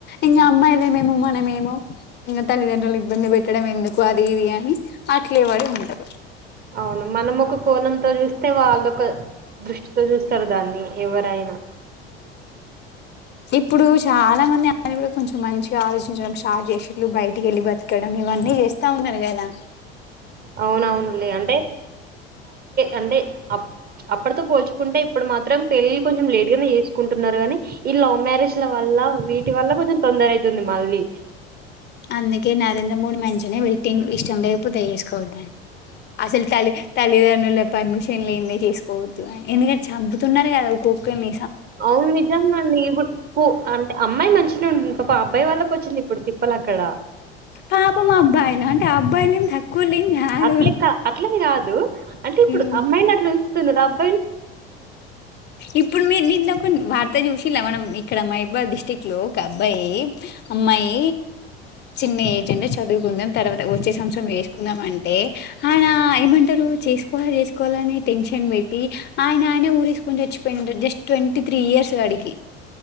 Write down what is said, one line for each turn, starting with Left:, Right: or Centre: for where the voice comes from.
Left: ఇంగా అమ్మాయిలమేమో మనమేమో ఇంగ తల్లిగా. <unintelligible> ఇబ్బంది వెట్టడం ఎందుకు అది ఇది అని అట్లే వాడి ఉంటరు
Right: అవును మనం ఒక కోణంతో చూస్తే వాళ్ళొక దృష్టితో చూస్తారు దాన్ని ఎవరైనా
Left: ఇప్పుడూ చాలా మంది <inaudible> కూడా కొంచెం మంచిగా ఆలోచించడం షార్ట్ చేసిల్లు, బయటికెళ్ళి బతకడం ఇవన్నీ చేస్తా ఉన్నారు గదా.
Right: అవునవునులే అంటే అంటే అప్పడితో పోల్చుకుంటే ఇప్పుడు మాత్రం పెళ్ళిల్ కొంచెం లేటు గానే చేసుకుంటున్నారు గాని ఈ లవ్ మ్యారేజ్ల వల్ల వీటి వల్ల కొంచెం తొందర అయితుంది మళ్ళీ.
Left: అందుకే నరేంద్ర మోడి మంచిగనే వెట్టిండు ఇష్టం లేపోతే యేసు. అసల్ తల్లి తల్లిదండ్రులే పర్మిషన్ లేందే చేసుకోవద్దు ఎందుగ చంపుతున్నారు గదా ఒక్కోక్కొల్ని
Right: అవును నిజంగా అండి ఇపు పు అంటే అమ్మాయి మంచిన ఉన్ ఒక అబ్బాయి వాళ్ళకి వచ్చింది ఇప్పుడు తిప్పలు అక్కడ
Left: పాపం అబ్బాయిలు అంటే అబ్బాయిలేం తక్కువలేం కాదు
Right: అట్లేకా అట్లని గాదు అంటే ఇప్పుడు
Left: ఉమ్,
Right: అమ్మాయిని అట్ల ఉంచుతున్నరా అబ్.
Left: ఇప్పుడు మీరు నిన్న పన్ వార్త చూసిల్లా మనం ఇక్కడ మైబా డిస్టిక్ లో ఒక అబ్బాయి అమ్మాయీ. చిన్న ఏజెనే చదువుకుందాం తర్వాత వచ్చే సంవత్సరం వేసుకుందాం అంటే ఆయన ఏమంటారు నువ్వు చేసుకోవాలి చేసుకోవాలని టెన్షన్ పె ట్టి ఆయనానే ఊరి వేసుకొని చచ్చిపోయిడు జస్ట్ ట్వంటీ త్రీ ఇయర్స్ వాడికి